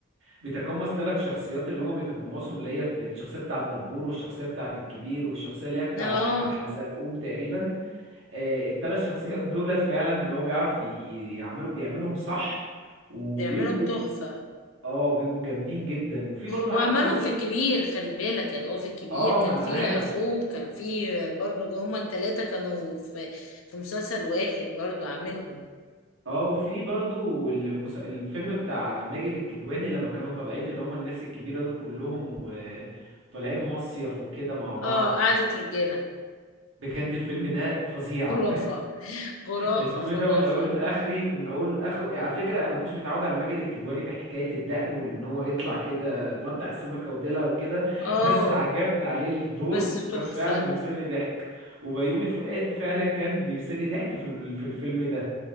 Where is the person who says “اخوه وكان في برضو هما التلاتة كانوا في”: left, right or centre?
Left